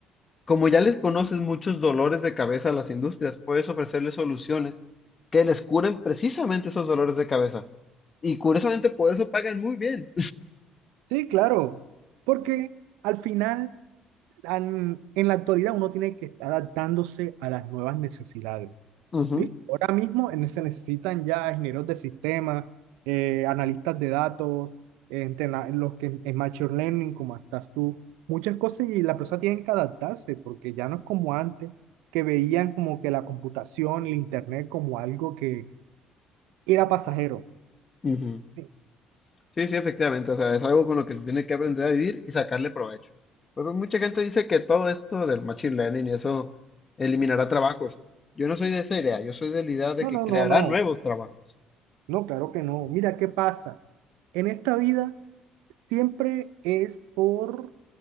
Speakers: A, on the left (about 35°); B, on the right (about 80°).
A: Como ya les conoces muchos dolores de cabeza a las industrias, puedes ofrecerles soluciones que les curen precisamente esos dolores de cabeza. Y curiosamente por eso pagan muy bien.
B: Sí, claro, porque al final, an- en la actualidad, uno tiene que estar adaptándose a las nuevas necesidades.
A: <laughs>
B: ¿listo? Ahora mismo en- se necesitan ya ingenieros de sistemas, eh, analistas de datos, eh, entrena- los que en Machine Learning, como estás tú, muchas cosas y la persona tiene que adaptarse, porque ya no es como antes, que veían como que la computación, el Internet como algo que era pasajero.
A: Ujú.
B: ¿sí?
A: Sí, sí, efectivamente, o sea, es algo con lo que se tiene que aprender a vivir y sacarle provecho. Pues pues, mucha gente dice que todo esto del machine learning y eso eliminará trabajos. Yo no soy de esa idea, yo soy de la idea de
B: No,
A: que
B: no,
A: creará
B: no, no.
A: nuevos trabajos.
B: No, claro que no. Mira, ¿qué pasa? En esta vida siempre es por,